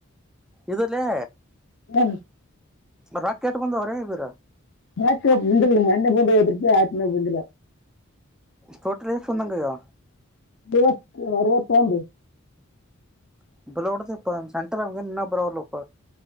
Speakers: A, in the centre; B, on the left.
A: ಇದಲ್ಲೇ
B: ಹ್ಮ
A: ರಾ ಕೆಟ ಬಂದ ಅವರ ಬೀರ
B: ಮಾ ಪಂಿಲ್ಲ ಮಣ್ಣೆ ಪುಂಡದ ಆತ್ಮ ಪಂಿಲ್ಲ
A: ಫೋಟ ರಫೊಂದಂಗಯೋ
B: ವತ್ತು ಅರವತ್ತೊಂದು
A: ಬಲೋಡ್ದ ಇಪ್ಪ ಸೆಂಟರ್ಮ ನಿನ್ನ ಬರ ಅವಪ್ಪ